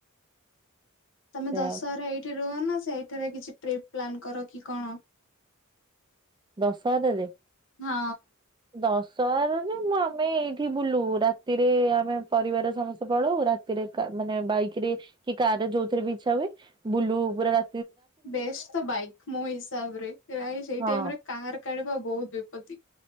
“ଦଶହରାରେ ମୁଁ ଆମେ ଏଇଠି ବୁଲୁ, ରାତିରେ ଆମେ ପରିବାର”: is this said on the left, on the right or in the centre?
Right